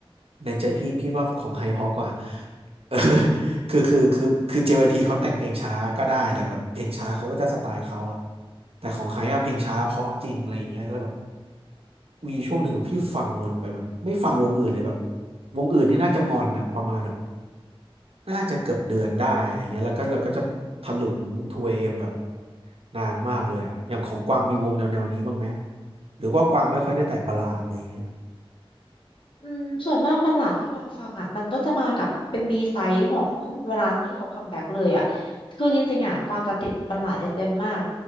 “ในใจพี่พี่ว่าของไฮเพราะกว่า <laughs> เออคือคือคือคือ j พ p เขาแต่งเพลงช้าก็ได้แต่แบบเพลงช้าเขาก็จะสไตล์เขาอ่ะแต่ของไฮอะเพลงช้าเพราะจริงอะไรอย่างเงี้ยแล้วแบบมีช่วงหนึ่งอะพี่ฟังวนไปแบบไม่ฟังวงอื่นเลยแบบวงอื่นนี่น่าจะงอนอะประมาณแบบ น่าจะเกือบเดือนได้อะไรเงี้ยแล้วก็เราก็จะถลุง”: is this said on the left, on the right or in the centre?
Right